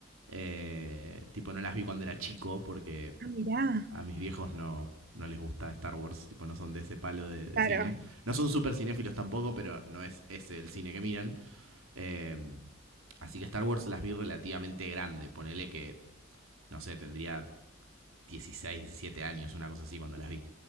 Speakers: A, on the right; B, on the right.
A: Eh, tipo, no las vi cuando era chico porque
B: Ah, mirá,
A: a mis viejos no, no les gusta Star Wars, tipo, no son de ese palo de, de
B: claro,
A: cine. No son súper cinéfilos tampoco, pero no es ese el cine que miran. Eh, así que Star Wars las vi relativamente grande. Ponele que, no sé, tendría 16, 17 años, una cosa así cuando las vi.